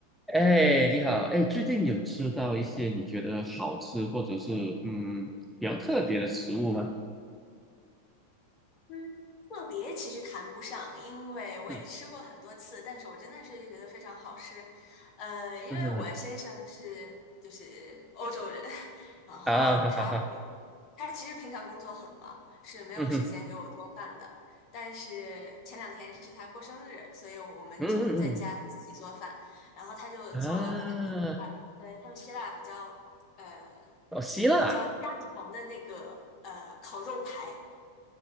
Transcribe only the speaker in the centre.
哎，你好，哎，最近有吃到一些你觉得好吃或者是嗯比较特别的食物吗？
<laughs> 嗯
嗯哼，
啊哈哈哈，
嗯哼，
嗯嗯
嗯啊，
哦，希腊，